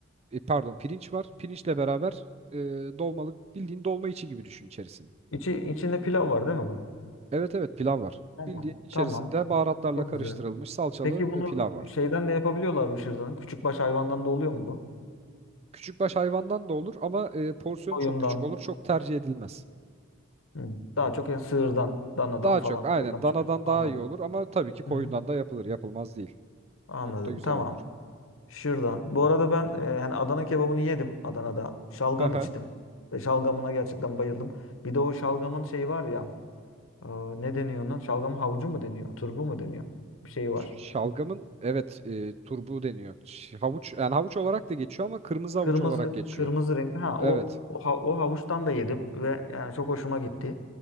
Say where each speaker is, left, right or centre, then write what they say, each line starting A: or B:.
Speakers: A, on the right (about 30°); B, on the left (about 70°).
A: E, pardon pirinç var. Pirinçle beraber e, dolmalık bildiğin dolma içi gibi düşün içerisini.
B: İçi, içinde pilav var değil mi bunun?
A: Evet evet pilav var.
B: Tamam.
A: Bildiğin içerisinde
B: Tamam.
A: baharatlarla
B: Çok
A: karıştırılmış
B: güzel.
A: salçalı
B: Peki bunu
A: e, pilav var.
B: şeyden de yapabiliyorlar mı şırdanı? Küçükbaş hayvandan da oluyor mu bu?
A: Küçükbaş hayvandan da olur ama e, porsiyonu
B: Koyundan.
A: çok küçük olur. Çok tercih edilmez.
B: Hı. Daha çok yani sığırdan, danadan
A: Daha
B: falan
A: çok aynen
B: oradan çıkıyor.
A: danadan
B: Anladım.
A: daha iyi olur ama tabii ki koyundan
B: Hı hı.
A: da yapılır. Yapılmaz değil.
B: Anladım.
A: Çok da güzel
B: Tamam.
A: olur.
B: Şırdan. Bu arada ben e, yani Adana kebabını yedim Adana'da. Şalgam
A: Hı hı.
B: içtim. Ve şalgamına gerçekten bayıldım. Bir de o şalgamın şeyi var ya. e, ne deniyor ona? Şalgam havucu mu deniyor? Turbu mu deniyor? Bir şey var.
A: Şalgamın evet e, turbu deniyor. Ş- Havuç yani havuç olarak da geçiyor ama kırmızı
B: Kırmızı
A: havuç olarak geçiyor.
B: kırmızı renkli. Ha
A: Evet.
B: o o, ha- o havuçtan da yedim ve yani çok hoşuma gitti.